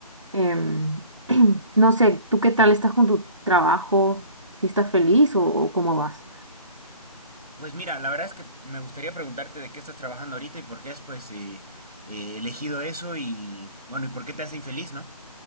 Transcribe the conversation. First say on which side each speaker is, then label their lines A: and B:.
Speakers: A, on the right; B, on the right.
A: Em, <clears throat> no sé, ¿tú qué tal estás con tu trabajo? ¿Si estás feliz o o cómo vas?
B: Pues mira, la verdad es que me gustaría preguntarte de qué estás trabajando ahorita y por qué has, pues, eh, eh, elegido eso y, bueno, y por qué te hace infeliz, ¿no?